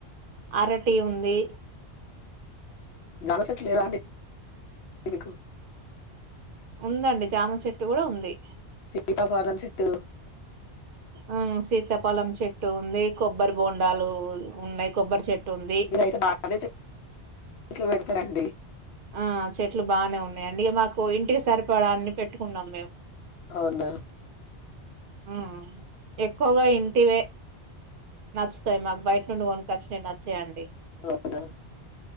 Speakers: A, on the right (about 60°); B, on the left (about 75°).
A: అరటి ఉంది
B: దానిమ్మ చెట్టు లేదా అండి మీకు
A: ఉందండి జామ చెట్టు కూడా ఉంది
B: సీతా ఫలం చెట్టు
A: ఆ సీతా ఫలం చెట్టు ఉంది కొబ్బరి బోండాలు ఉన్నాయి కొబ్బరి చెట్టు ఉంది
B: మీరైతే బగానే చెట్లు పెడతారండి
A: ఆ చెట్లు బానే ఉన్నాయి అండి ఇగ మాకు ఇంటికి సరిపడా అన్ని పెట్టుకున్నాం మేము
B: అవునా
A: ఆఆ ఎక్కువగా ఇంటివే నచ్చుతాయి మాకు బయట నుండి కొనుకొచ్చినవి నచ్చావండి
B: అవునా